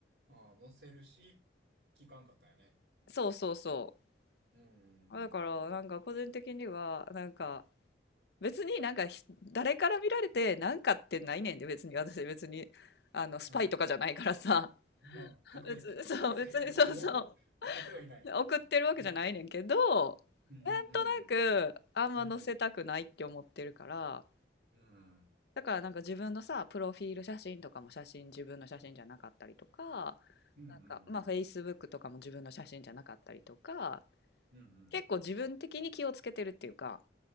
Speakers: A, on the right (about 65°); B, on the left (about 60°).
A: ああ、載せるし、聞かんかったよね。
B: そうそうそう。
A: うん、う
B: あだからなんか個人的にはなんか
A: ん、うん。
B: 別になんかひ誰から見られてなんかってないねんで別に私別にあのスパイとかじゃないからさ
A: うんまあ、
B: <laughs>
A: 隠れた性格を送ってはいない。
B: 別にそう別にそうそう送ってるわけじゃないねんけどなんとなくあんま載せたくないって思ってるから
A: うん。うんうんうんうん。うん。うん
B: だからなんか自分のさプロフィール写真とかも写真自分の写真じゃなかったりとかなんかまあ
A: うんう
B: Facebook
A: ん。
B: とかも自分の写真じゃなかったりとか
A: うんうん。
B: 結構自分的に気をつけてるっていうか